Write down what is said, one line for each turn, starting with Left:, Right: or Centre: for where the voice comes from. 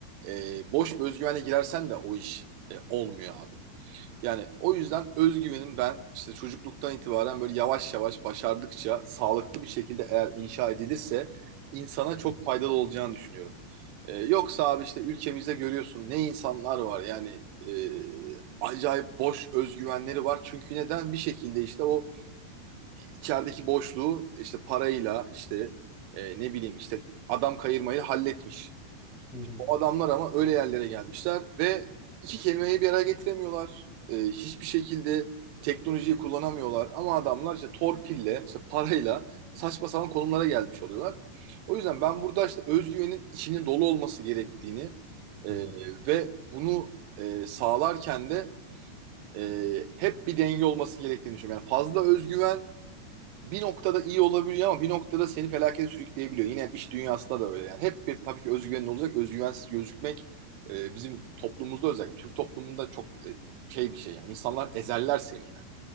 Right: e, boş bir özgüvenle girersen de o iş e, olmuyor abi. Yani o yüzden özgüvenim ben işte çocukluktan itibaren böyle yavaş yavaş başardıkça sağlıklı bir şekilde eğer inşa edilirse insana çok
Centre: Hı hı,
Right: faydalı olacağını düşünüyorum. Ee, yoksa abi işte ülkemizde görüyorsun ne insanlar var yani e, acayip boş özgüvenleri var. Çünkü neden bir şekilde işte o içerideki boşluğu işte parayla işte e, ne bileyim işte adam kayırmayı halletmiş.
Centre: hı hı,
Right: O adamlar ama öyle yerlere gelmişler ve iki kelimeyi bir araya getiremiyorlar. Ee, hiçbir şekilde teknolojiyi kullanamıyorlar. Ama adamlar işte torpille, işte parayla saçma sapan konumlara gelmiş oluyorlar. O yüzden ben burada işte özgüvenin içinin dolu olması gerektiğini
Centre: hı
Right: e, ve bunu e, sağlarken de e, hep bir denge olması gerektiğini düşünüyorum. Yani fazla özgüven bir noktada iyi olabiliyor ama bir noktada seni felakete sürükleyebiliyor. Yine iş dünyasında da öyle. Yani hep bir tabii ki özgüvenin olacak. Özgüvensiz gözükmek e, bizim toplumumuzda özellikle Türk toplumunda çok e, şey bir şey yani. İnsanlar ezerler seni yani.